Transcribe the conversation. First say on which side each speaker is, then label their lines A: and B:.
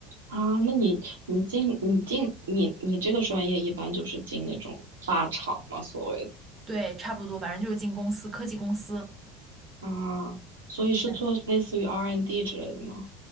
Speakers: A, on the right (about 80°); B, on the right (about 30°).
A: 啊，那你你进你进你你这个专业一般就是进那种大厂嘛，所谓的
B: 对，差不多，反正就是进公司，科技公司。
A: 啊，所以是做类似于
B: 对，
A: R&D n 之类的吗？